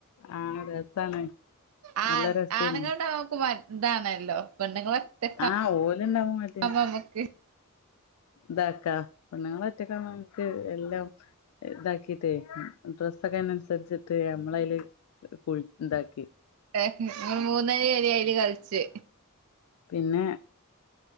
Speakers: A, on the left; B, on the right.
A: ആഹ് രസാണ്
B: ആൺ
A: നല്ല രസേനി
B: ആണുങ്ങൾണ്ടാമ്പോ മക് താണല്ലോ പെണ്ണുങ്ങളൊറ്റക്കാ
A: ആഹ് ഓൽണ്ടാവുമ്പോ മടി
B: അപ്പമ്മക്ക്
A: താക്കാ പെണ്ണുങ്ങളറ്റക്കാവുമ്പംക്ക് എല്ലാം താക്കീറ്റയ് ഡ്രസ്സൊക്കെയ്നൻസരിച്ചിട്ട് നമ്മളയ്ല് കു താക്കി
B: ഏഹ് മൂന്നയില് ലയ്‌ല് ലയ്‌ല് കൾച്ച്
A: പിന്നെ